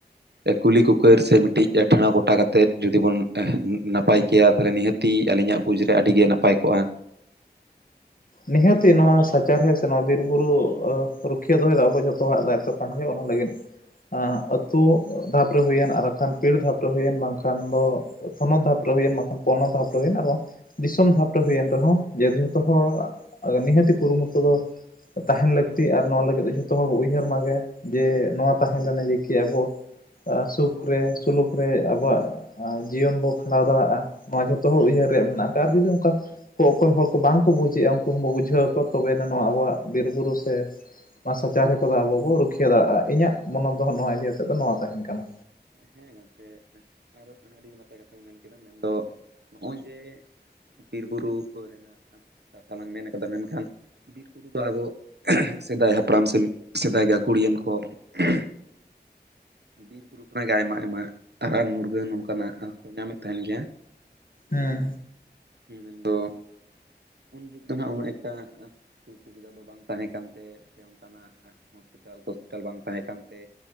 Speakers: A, on the right; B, on the left.
A: ᱮ ᱠᱩᱞᱤ ᱠᱩᱠᱟᱹᱨ ᱥᱮ ᱢᱤᱫᱴᱤᱡ ᱴᱷᱟᱲᱚ ᱜᱚᱴᱟ ᱠᱟᱛᱮᱫ ᱡᱩᱫᱤ ᱵᱚᱱ ᱮᱦ ᱱᱟᱯᱟᱭ ᱠᱮᱭᱟ ᱛᱟᱦᱚᱞᱮ ᱱᱤᱦᱟᱹᱛ ᱛᱤ ᱟᱹᱞᱤᱧᱟᱜ ᱵᱩᱡᱽ ᱨᱮ ᱟᱹᱰᱤ ᱜᱮ ᱱᱟᱯᱟᱭ ᱠᱚᱜᱼᱟ
B: ᱱᱤᱦᱟᱹᱛᱤ
A: ᱠᱟᱨᱚᱱ
B: ᱱᱚᱣᱟ
A: ᱢᱮᱱ
B: ᱥᱟᱪᱟᱨᱦᱮᱫ ᱥᱮ ᱱᱚᱣᱟ ᱵᱤᱨᱵᱩᱨᱩ ᱨᱩᱠᱷᱤᱭᱟᱹ ᱫᱚᱦᱚᱭ ᱫᱚ ᱟᱵᱚ ᱡᱚᱛᱚ ᱦᱚᱲᱟᱜ ᱫᱟᱭᱤᱛᱛᱚ ᱠᱟᱱᱜᱮ ᱚᱱᱟ ᱞᱟᱹᱜᱤᱫ
A: <inaudible>
B: ᱟ ᱟᱹᱛᱩ ᱫᱟᱯ ᱟᱹᱛᱩ ᱨᱮ ᱦᱩᱭᱮᱱ ᱟᱨ ᱟᱠᱷᱟᱱ ᱯᱤᱲ ᱫᱷᱟᱯ ᱨᱮ ᱦᱩᱭᱮᱱ, ᱵᱟᱝᱠᱷᱟᱱ ᱫᱚ ᱯᱚᱱᱚᱛ ᱫᱷᱟᱯ ᱨᱮ ᱦᱩᱭᱮᱱ, ᱵᱟᱝᱠᱷᱟᱱ ᱯᱚᱱᱚᱛ ᱫᱷᱟᱯ ᱨᱮ ᱦᱩᱭᱮᱱ ᱟᱨ ᱵᱟᱝ ᱫᱤᱥᱚᱢ ᱫᱷᱟᱯ ᱨᱮ ᱦᱩᱭᱮᱱ ᱨᱮᱦᱚᱸ ᱡᱮ ᱡᱚᱛᱚ ᱦᱚᱲ ᱱᱤᱦᱟᱹᱛᱤ ᱠᱩᱨᱩᱢᱩᱴᱩ ᱫᱚ ᱛᱟᱦᱮᱱ ᱞᱟᱹᱠᱛᱤ ᱟᱨ ᱱᱚᱣᱟ ᱞᱟᱹᱜᱤᱫ ᱫᱚ ᱡᱷᱚᱛᱚ ᱦᱚᱲ ᱵᱚᱱ ᱩᱭᱦᱟᱹᱨ ᱢᱟᱜᱮ ᱡᱮ ᱱᱚᱣᱟ ᱛᱟᱦᱮᱸ ᱞᱮᱱᱟ ᱡᱮᱠᱤ ᱟᱵᱚ ᱥᱩᱠ ᱨᱮ, ᱥᱩᱞᱩᱠ ᱨᱮ, ᱟᱵᱚᱣᱟᱜ ᱟ ᱡᱤᱭᱚᱱ ᱵᱚ ᱠᱷᱟᱸᱰᱟᱣ ᱫᱟᱲᱮᱭᱟᱜᱼᱟ ᱱᱚᱣᱟ ᱡᱷᱚᱛᱚ ᱦᱚᱲ ᱩᱭᱦᱟᱹᱨ ᱨᱮᱭᱟᱜ ᱢᱮᱱᱟᱜ ᱠᱟᱜ ᱟ ᱟᱨ ᱡᱩᱫᱤ ᱚᱱᱠᱟ ᱠᱚ ᱚᱠᱚᱭ ᱦᱚ ᱵᱟᱝᱠᱚ ᱵᱩᱡᱮᱫᱼᱟ ᱩᱱᱠᱩ ᱦᱚᱸᱵᱚ ᱵᱩᱡᱷᱟᱹᱣ ᱟᱠᱚ ᱛᱚᱵᱮᱱᱟ ᱱᱚᱣᱟ ᱟᱵᱚᱣᱟᱜ ᱵᱤᱨ ᱵᱩᱨᱩ ᱥᱮ ᱱᱚᱣᱟ ᱥᱟᱪᱟᱨᱦᱮ ᱠᱚᱫᱚ ᱟᱵᱚ ᱵᱚ ᱨᱩᱠᱷᱤᱭᱟᱹᱟᱹ ᱫᱟᱲᱮᱭᱟᱜᱼᱟ ᱤᱧᱟᱹᱜ ᱢᱚᱱᱚᱫ ᱫᱚ ᱱᱚᱣᱟ ᱤᱭᱟ ᱟᱛᱮᱫ ᱫᱚ ᱱᱚᱣᱟ ᱛᱟᱦᱮᱱ ᱠᱟᱱᱟ᱾
A: ᱦᱮᱸ ᱜᱚᱝᱠᱮ ᱟᱨ ᱟᱹᱰᱤ ᱱᱟᱯᱟᱭ ᱠᱟᱛᱷᱟᱢ ᱢᱮᱱ ᱠᱮᱫᱟ ᱢᱮᱱᱫᱚ ᱱᱚᱜᱼᱚᱭ ᱡᱮ ᱵᱤᱨᱼᱵᱩᱨᱩ ᱨᱮᱱᱟᱜ ᱠᱟᱛᱷᱟ ᱞᱟᱝ ᱢᱮᱱ ᱠᱟᱫᱟ ᱢᱮᱱᱠᱷᱟᱱ ᱵᱤᱨ, ᱵᱩᱨᱩ ᱫᱚ ᱟᱵᱚ ᱮᱦ ᱥᱮᱫᱟᱭ ᱦᱟᱯᱲᱟᱢ ᱥᱮ ᱥᱮᱫᱟᱭ ᱜᱟᱹᱠᱷᱩᱲᱟᱱ ᱠᱚ <unintelligible> ᱵᱤᱨ, ᱵᱩᱨᱩ ᱚᱱᱟᱜᱮ ᱟᱭᱢᱟ ᱟᱭᱢᱟ ᱨᱟᱱ, ᱢᱩᱨᱜᱟᱹᱱ ᱚᱱᱠᱟᱱᱟᱜ ᱠᱚ ᱧᱟᱢᱮᱫ ᱛᱟᱦᱮᱱ ᱜᱮᱭᱟ᱾
B: ᱦᱮᱸ᱾
A: ᱦᱩᱸ ᱢᱮᱱᱫᱚ ᱩᱱ ᱡᱩᱜᱽ ᱫᱚ ᱱᱟᱜ ᱩᱱᱟᱹᱜ ᱮᱠᱴᱟ ᱥᱩᱜ ᱥᱩᱵᱤᱫᱟ ᱫᱚ ᱵᱟᱝ ᱛᱟᱦᱮᱸ ᱠᱟᱱᱛᱮ ᱥᱮ ᱚᱱᱠᱟᱱᱟᱜ ᱦᱚᱥᱯᱤᱴᱟᱞ, ᱠᱚᱥᱯᱤᱴᱟᱞ ᱵᱟᱝ ᱛᱟᱦᱮᱸ ᱠᱟᱱᱛᱮ